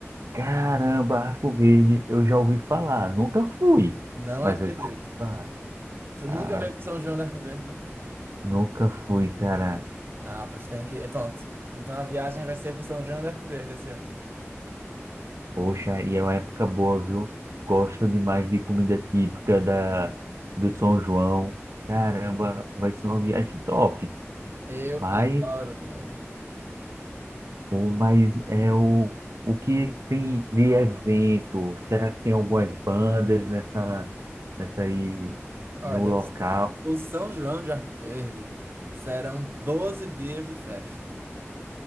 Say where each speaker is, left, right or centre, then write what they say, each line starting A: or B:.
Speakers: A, on the right; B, on the right.
A: Caramba, Arco Verde, eu já ouvi falar. Nunca fui,
B: Não
A: mas
B: acredito.
A: eu já ouvi falar.
B: Você
A: Ah,
B: nunca veio pro São João do Arco Verde?
A: nunca fui, cara.
B: Ah, pois tem que... é, Pronto. Então a viagem vai ser pro São João do Arco Verde esse ano.
A: Poxa, e é uma época boa, viu? Gosto demais de comida típica da, do São João. Caramba, vai ser uma viagem top.
B: Eu
A: Mas,
B: adoro também.
A: o- mas é o, o que tem de evento? Será que tem algumas bandas nessa, nessa aí
B: Olha,
A: no local?
B: eu O São João de Arco Verde serão 12 dias de festa.